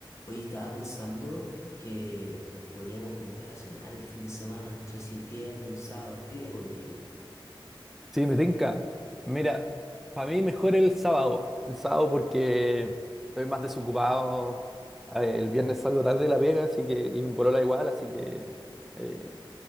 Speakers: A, on the left; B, in the centre.
A: Hoy estaba pensando que nos podríamos juntar a cenar el fin de semana, no sé si el viernes o el sábado, ¿qué día podría ir?
B: Sí, me tinca. Mira, para mí mejor el sábado. El sábado porque estoy más desocupado. A ver, El viernes salgo tarde de la pega, así que, y mi polola igual, así que eh,